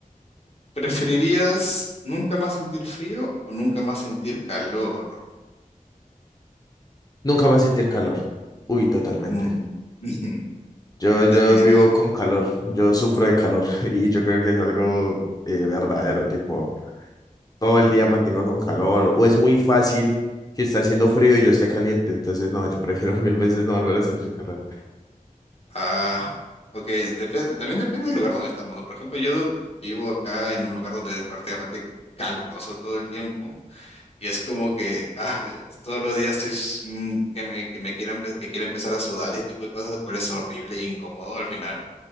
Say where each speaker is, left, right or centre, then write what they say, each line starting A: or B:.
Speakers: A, on the left; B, on the left.
A: ¿preferirías nunca más sentir frío o nunca más sentir calor?
B: Nunca más sentir calor. Uy, totalmente.
A: Mm, <laughs>
B: Yo, yo
A: Definitivamente.
B: vivo con calor, yo sufro de calor <laughs> y yo creo que es algo eh, verdadero, tipo, todo el día mantengo con calor o es muy fácil que está haciendo frío y yo esté caliente, entonces no, yo prefiero <laughs> mil veces no volver a sentir calor.
A: Ah, ok, depende, también depende del lugar donde estamos, ¿no? Por ejemplo, yo do- vivo acá en un lugar donde es prácticamente caluroso todo el tiempo y es como que ah, todos los días estoy s- mm, que me, que me quiero, empe- que quiero empezar a sudar y ese tipo de cosas, lo cual es horrible e incómodo al final.